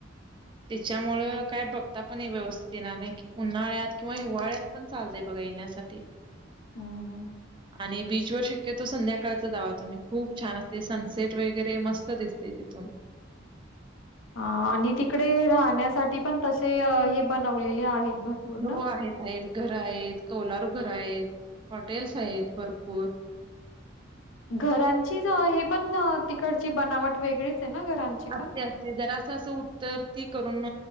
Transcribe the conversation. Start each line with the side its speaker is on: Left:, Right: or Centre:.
Right: त्याच्यामुळं काय बघता पण हे व्यवस्थित येणार नाही उन्हाळ्यात किंवा हिवाळ्यात पण चालतय बघा येण्यासाठी
Left: हम्म हम्
Right: आणि बीचवर शक्यतो संध्याकाळच जावा तुम्ही खूप छान असते सनसेट वगैरे मस्त दिसते तिथून
Left: ह आणि तिकडे राहण्यासाठी पण तसे हे बनवलेले आहेत भरपूर
Right: हो
Left: ना.
Right: आहेत आहेत घर आहेत कौलारू घर आहेत हॉटेल्स आहेत भरपूर
Left: घरांची अ, हे पण अ, तिकडची बनावट वेगळीच आहे ना घरांची
Right: असते
Left: पण
Right: असते जरा असं असं उत्तर ती करून